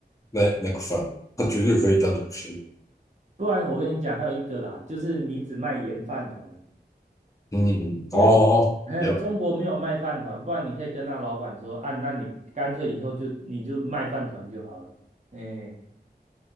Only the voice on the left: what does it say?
那那个饭，它绝对可以单独吃。
嗯，嗯哦，
也